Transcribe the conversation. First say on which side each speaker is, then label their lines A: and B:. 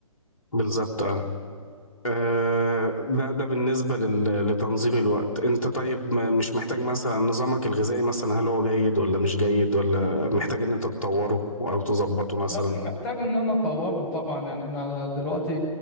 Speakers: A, on the left; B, on the left.
A: بالظبط اه آه، ده ده بالنسبه لل- لتنظيم الوقت انت طيب ما- مش محتاج مثلا نظامك الغذائي مثلا هل هو جيد ولا مش جيد ولا محتاج ان انت تطوره او تظبطه مثلا
B: لا محتاج ان انا اطوره طبعا يعني انا دلوقتي